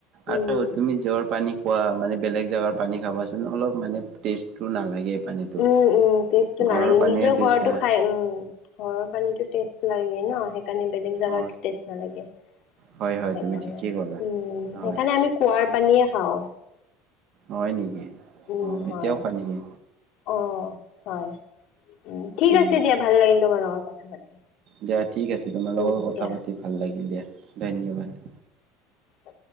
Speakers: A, on the left (about 65°); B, on the right (about 55°).
A: উম,
B: আৰু তুমি জ্বৰ পানী খোৱা মানে বেলেগ জেগাৰ পানী খাবাচোন অলপ মানে টেষ্টটো নালাগে। পানীটো
A: উম উম টেষ্টটো
B: ঘৰৰ
A: নালাগে
B: পানীৰ
A: নিজৰ
B: দিছ
A: ঘৰতো
B: নাই
A: খাই উম ঘৰৰ পানীতো টেষ্ট লাগে ন কাৰণে বেলেগ জোগাতো
B: অ
A: টেষ্ট নালাগে সেইকাৰনে
B: হয় হয় তুমি ঠিকেই ক'লা
A: উম সেইকাৰণে
B: হয়
A: আমি কুঁৱাৰ পানীয়ে খাওঁ
B: হয় নেকি
A: উম,
B: অ
A: হয়
B: এতিয়াও খোৱা নেকি
A: অ হয় উ ঠিক
B: উম
A: আছে দিয়া ভাল লাগিল তোমাৰ লগত কথা পাতি
B: দিয়া ঠিক আছে তোমাল লগোকৰ
A: উম,
B: কথা
A: দিয়া
B: পাতি ভাল লাগিল দিয়া ধন্যবাদ।
A: অ